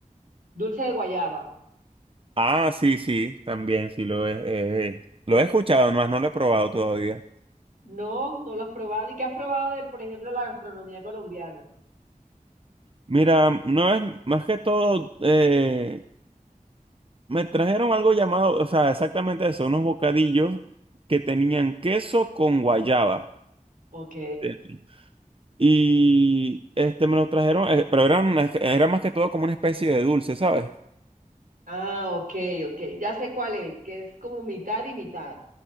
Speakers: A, on the right; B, on the right.
A: dulce de guayaba.
B: Ah, sí, sí, también sí lo he, eh, lo he escuchado, más no lo he probado todavía.
A: No, no lo has probado. ¿Y qué has probado del, por ejemplo, la gastronomía colombiana?
B: Mira, no es más que todo, eh, me trajeron algo llamado, o sea, exactamente eso, unos bocadillos que tenían queso con guayaba.
A: Ok.
B: Sí. Y este me lo trajeron, eh, pero eran, era más que todo como una especie de dulce, ¿sabes?
A: Ah, ok, ok. Ya sé cuál es, que es como mitad y mitad.